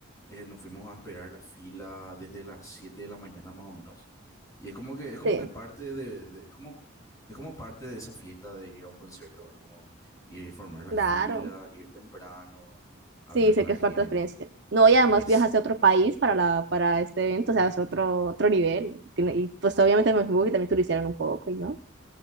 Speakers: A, on the left (about 15°); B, on the right (about 55°).
A: eh, nos fuimos a esperar la fila desde las 7 de la mañana más o menos. Y es como que, es como
B: Sí,
A: que parte de, de- es como, es como parte de esa fiesta de ir a un concierto, ahora Como que, eh, formar la
B: claro.
A: fila, ir temprano, hablar
B: Sí,
A: con
B: sé
A: la
B: que
A: gente.
B: es parte de la experiencia. No, y además
A: Es
B: viajaste a otro país para, la, para este evento, o sea, es otro, otro nivel. Tiene- y pues obviamente me supongo que también turistearon un poco, ¿y no?